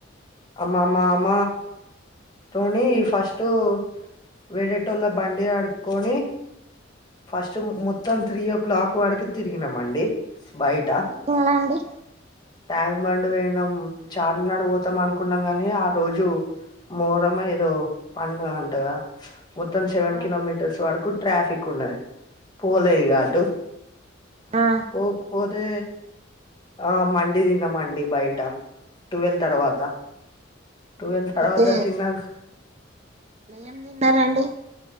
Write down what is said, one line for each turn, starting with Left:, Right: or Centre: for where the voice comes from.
Left: అ మామ తోని ఫస్టు. వేరేటోళ్ళ బండి ఆడుకొని ఫస్ట్ మొత్తం త్రీ ఓ క్లాక్ వరికి తిరిగిన మండి బైట
Right: ఎటు తిరిగిల్లండి
Left: <unintelligible> ట్యాంగ్ బండ్ బోయినం చార్మినార్ పోతాం అనుకున్నాం గాని ఆ రోజు. మోరమా ఏదో పండగంటగా మొత్తం సెవెన్
Right: ఆ
Left: కిలోమీటర్స్ వరకు ట్రాఫిక్ ఉన్న <unintelligible> పోలే ఈగాటు
Right: ఆ
Left: పోకపోతే ఆ మండి తిన్నామండి బయట ట్వెల్వ్ తర్వాత టువెల్ తర్వాత
Right: అయితే
Left: తిన్నాక
Right: ఏం తిన్నారండి